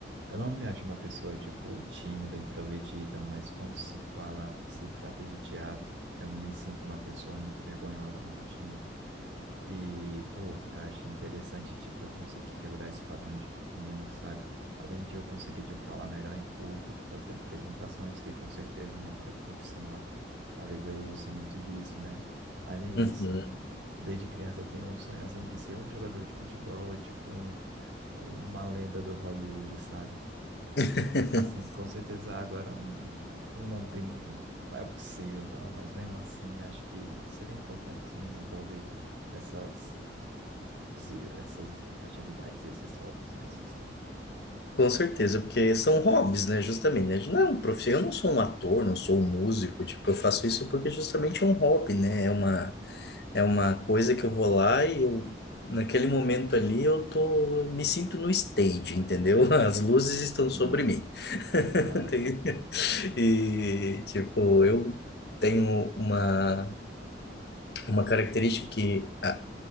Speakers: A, on the right (about 85°); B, on the left (about 60°).
A: eu não me acho uma pessoa, tipo, tímida, introvertida, mas quando se fala, se trata de teatro, eu me sinto uma pessoa muito vergonhosa, muito tímida. E, pô, eu acho interessante, tipo, eu conseguir quebrar esse padrão de mim, sabe? Além de eu conseguir, tipo, falar melhor em público, fazer apresentações, que com certeza na vida profissional, talvez eu use muito disso, né? Mas nem
B: Uhum.
A: isso. Desde criança eu tenho um sonho assim de ser um jogador de futebol, ou tipo um, uma lenda do Hollywood, sabe?
B: <laughs>
A: Assim, com certeza agora não, não tem, não é possível não, mas mesmo assim acho que seria importante se desenvolver essas, esse- essas atividades, esses hobbies, né? Esses hobbies.
B: Com certeza, porque são hobbies, né? Justamente, né? Não é um profi- eu não sou um ator, não sou um músico, tipo, eu faço isso porque justamente é um hobby, né? É uma, é uma coisa que eu vou lá e eu, naquele momento ali, eu tô, me sinto no stage, entendeu? <laughs> As luzes estão
A: Uhum.
B: sobre mim. <laughs>
A: Exato.
B: Tem- E, tipo, eu tenho uma uma característica que, a-